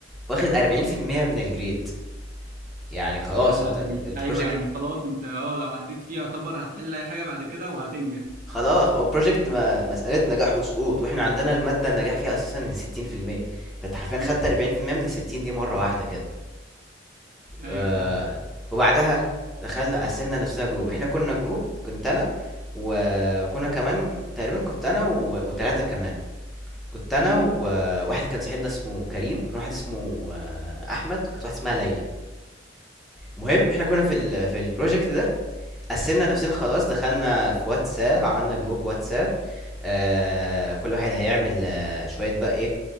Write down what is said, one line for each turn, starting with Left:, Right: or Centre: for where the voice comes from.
Centre: واخد 40% من الجريد يعني خلاص
Right: يا لهوي
Centre: إت- ال- البروجكت
Right: ايوه يعني خلاص انت اه لو عديت فيه يعتبر هتحل اي حاجه بعد كده وهتنجح
Centre: خلاص هو البروجكت ما- مسألة نجاح وسقوط واحنا عندنا المادة النجاح فيها اساسا من 60% فانت حرفيا خدت
Right: امم
Centre: 40% من 60 دي مرة واحدة كده
Right: ايوه
Centre: آه،
Right: فاهم
Centre: وبعدها دخلنا قسمنا نفسنا جروب احنا كنا جروب كنت انا وكنا كمان تقريبا كنت انا و... وتلاتة كمان كنت انا
Right: امم
Centre: وواحد كان صاحبنا اسمه كريم كان واحد اسمه آه، احمد وكانت واحده اسمها ليلى المهم احنا كنا في ال... في البروجكت ده قسمنا نفسنا خلاص دخلنا في واتساب عملنا جروب واتساب آه كل واحد هيعمل آه شويه بقى ايه